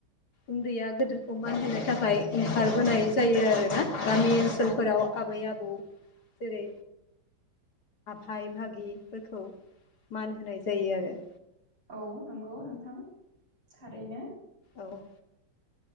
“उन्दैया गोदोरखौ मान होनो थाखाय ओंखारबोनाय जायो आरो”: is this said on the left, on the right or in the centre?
Left